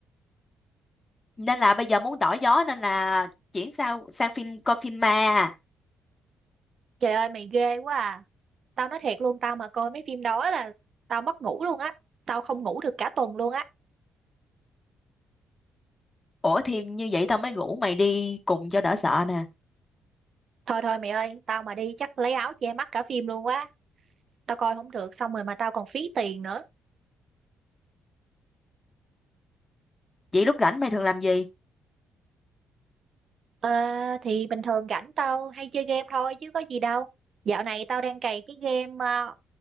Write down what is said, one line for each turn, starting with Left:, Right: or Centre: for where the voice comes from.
Left: nên là bây giờ muốn đổi gió nên là chuyển sang sang phim coi phim ma
Right: Trời ơi, mày ghê quá à. Tao nói thiệt luôn, tao mà coi mấy phim đó là tao mất ngủ luôn á. Tao không ngủ được cả tuần luôn á.
Left: ủa thì như vậy tao mới rủ mày đi cùng cho đỡ sợ nè
Right: Thôi thôi mày ơi, tao mà đi chắc lấy áo che mắt cả phim luôn quá. Tao coi không được, xong rồi mà tao còn phí tiền nữa.
Left: Vậy lúc rảnh mày thường làm gì?
Right: Ờ, thì bình thường rảnh tao hay chơi game thôi chứ có gì đâu. Dạo này tao đang cày cái game ờ,